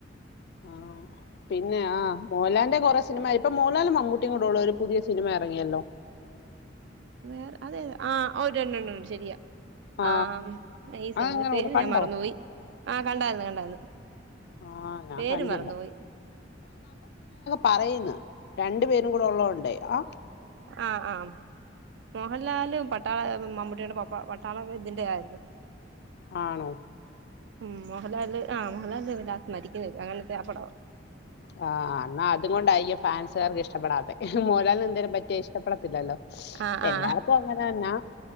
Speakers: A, on the left (about 60°); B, on the right (about 65°).
A: ആ പിന്നെ ആ പോലാൻഡ കുറ സിനിമആയി മോഹൻലാലും മമ്മു മമ്മുട്ടി കൂടെയുള്ളഒരു പുതിയ സിനിമ ഇറങ്ങിയല്ലോ
B: വേറെ അതെ ആ ഒരെണ്ണം ണ്ട്ശരിയാണ്
A: ആ
B: ആഹ് ഈ സിനിമപേര്
A: അതെങ്ങനെ ഉണ്ട് കണ്ടോ
B: ഞാൻ മറന്നുപോയി ആഹ കണ്ടായിരുന്നു കണ്ടായിരുന്നു
A: ആ ഞാൻ
B: പേര്
A: കണ്ടില്ല
B: മറന്നുപോയി
A: പറയുന്ന രണ്ടു പേരും കൂടെ ഉള്ളതൊണ്ട ആ
B: ആ ആ മോഹൻലാാല പട്ടാള മമ്മൂട്ടിയുടെ പപ്പ പട്ടാള ഇതിന്റെ ആയിരുന്നു
A: ആണോ
B: ഉം മോഹൻലാല് ആ മോഹൻലാല് ല്ലാസ്റ്റ് മരിക്കുന്ന അങ്ങനത്തെ അ പടവ
A: ആഹ് എന്നാ അതുകൊണ്ടായിരിക്കും ഫാൻസുകാർക്ക് ഇഷ്ടപ്പെടാത്തെ മോഹൻലാലിന് എന്തേലുംപറ്റിയ ഇഷ്ടപ്പെടത്തില്ലല്ലോ
B: ആ ആ
A: എല്ലാർക്കും അങ്ങനെ തന്നാ